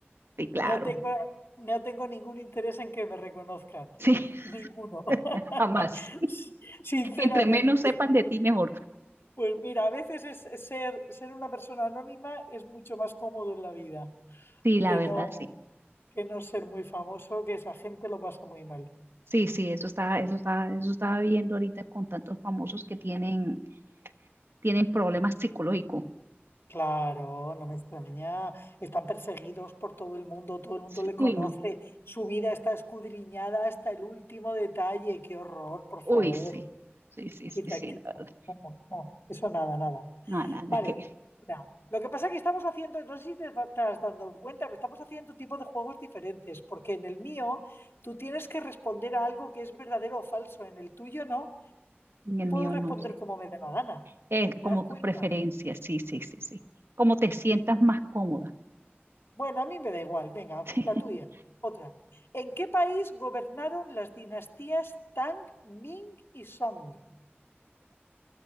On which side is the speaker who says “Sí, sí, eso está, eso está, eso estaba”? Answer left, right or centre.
Right